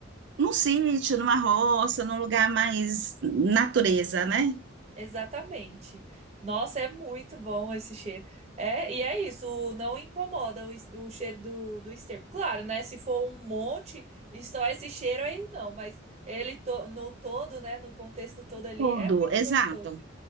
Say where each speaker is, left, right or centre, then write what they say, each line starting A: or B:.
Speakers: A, on the right (about 60°); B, on the right (about 30°).
A: num sítio, numa roça, num lugar mais natureza, né?
B: Exatamente. Nossa, é muito bom esse cheiro. É, e é isso, o- não incomoda o, es- o cheiro do, do esterco. Claro, né? Se for um monte, e só esse cheiro aí não, mas ele to- no todo, né? No contexto todo ali,
A: Todo,
B: é muito
A: exato,
B: gostoso.